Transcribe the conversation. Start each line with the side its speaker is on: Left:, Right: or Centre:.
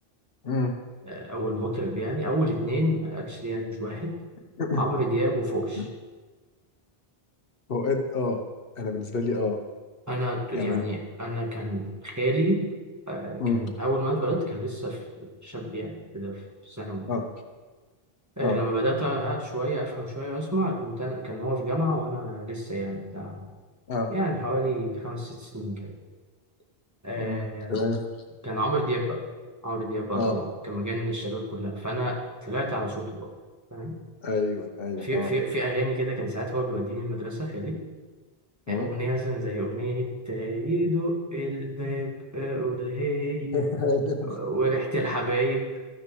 Left: مم.
Right: آه، أول مطرب يعني أول اتنين اكشلي يعني مش واحد
Left: <clears throat>
Right: عمرو دياب وفوكش
Left: <laughs> اوقات اه انا بالنسبه لي اه
Right: انا ت- يعني
Left: يعني أنا-
Right: انا كان خالي آه،
Left: مم.
Right: كان اول ما اتولدت كان لسه في شاب يعني كده في ثانوي
Left: اه
Right: كده آه،
Left: اه
Right: لما بدات ها شويه افهم شويه واسمع كنت أنا كان هو في جامعه وانا لسه يعني بتاع
Left: اه
Right: يعني حوالي خمس ست سنين كده آه،
Left: امم تمام
Right: كان عمرو دياب بقى عمرو دياب بقى
Left: اه
Right: طبعا كان مجنن الشباب كلها فانا طلعت على صوته بقى فاهم
Left: ايوه ايوه
Right: في
Left: اه
Right: في في اغاني كده كان ساعات هو بيوديني المدرسه خالي آه،
Left: امم
Right: أغنية مثلا زي أغنية آه، يدق الباب أقول هي
Left: <laughs> ايوه
Right: وريحة الحبايب